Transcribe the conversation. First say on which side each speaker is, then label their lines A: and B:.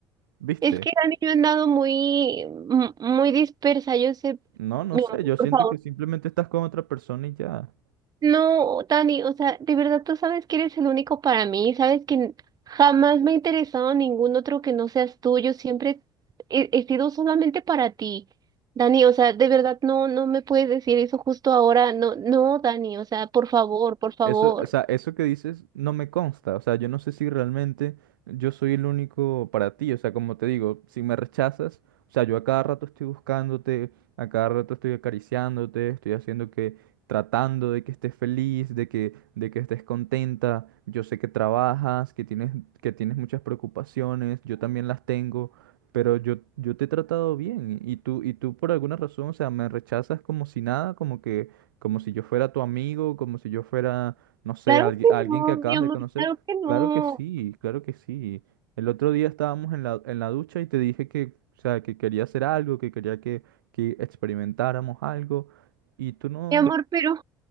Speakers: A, on the right; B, on the right.
A: ¿viste?
B: Es que Dani, yo he andado muy, mm, muy dispersa. Yo sé,
A: No, no
B: mi
A: sé,
B: amor,
A: yo
B: por
A: siento
B: favor,
A: que simplemente estás con otra persona y ya.
B: No, Dani, o sea, de verdad tú sabes que eres el único para mí, sabes que jamás me ha interesado ningún otro que no seas tú, yo siempre he, he sido solamente para ti. Dani, o sea, de verdad no, no me puedes decir eso justo ahora, no, no, Dani, o sea, por favor, por favor.
A: Eso, o sea, eso que dices no me consta, o sea, yo no sé si realmente yo soy el único para ti, o sea, como te digo, si me rechazas, o sea, yo a cada rato estoy buscándote, a cada rato estoy acariciándote, estoy haciendo que, tratando de que estés feliz, de que, de que estés contenta, yo sé que trabajas, que tienes, que tienes muchas preocupaciones, yo también las tengo, pero yo, yo te he tratado bien y tú, y tú por alguna razón, o sea, me rechazas como si nada, como que como si yo fuera tu amigo, como si yo fuera, no sé,
B: Claro
A: algui-
B: que
A: alguien
B: no,
A: que acabas
B: mi amor,
A: de conocer.
B: claro que no,
A: Claro que sí, claro que sí. El otro día estábamos en la, en la ducha y te dije que, o sea, que quería hacer algo, que quería que, que experimentáramos algo. Y tú no,
B: mi amor, pero,